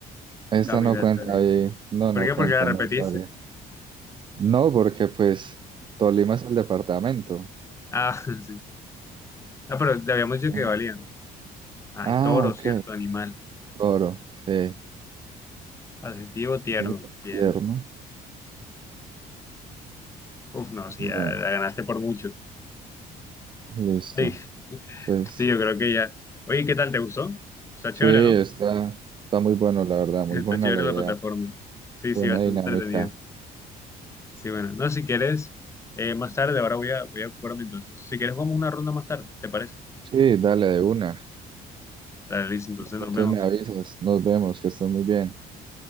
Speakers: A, on the right; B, on the left.
A: Esta
B: capital
A: no cuenta
B: Tolima.
A: bien. No,
B: ¿Por
A: no
B: qué?
A: cuenta,
B: Porque la repetiste.
A: no es válida. No, porque pues Tolima es el departamento.
B: Ah, <laughs> sí. Ah, pero te habíamos dicho
A: Eh,
B: que valía, ¿no? Ay,
A: Ah,
B: toro,
A: ok.
B: cierto, animal.
A: Oro, sí.
B: Adjetivo tierno.
A: Digo,
B: Bien.
A: tierno.
B: Uf, no, sí,
A: Bien,
B: ya la ganaste por mucho.
A: listo.
B: Sí,
A: Entonces,
B: sí, yo creo que ya. Oye, ¿qué tal? ¿Te gustó? Está
A: sí,
B: chévere,
A: está,
B: ¿no?
A: está muy bueno, la verdad,
B: <laughs> Está
A: muy buena
B: chévere
A: la
B: la
A: idea,
B: plataforma. Sí,
A: buena
B: sí, bastante
A: dinámica.
B: entretenida. Sí, bueno. No, si quieres, eh, más tarde, ahora voy a, voy a ocuparme entonces. Si quieres, vamos una ronda más tarde, ¿te parece?
A: Sí, dale de una.
B: Dale, listo, entonces nos
A: Entonces
B: vemos.
A: me avisas, nos vemos, que estés muy bien.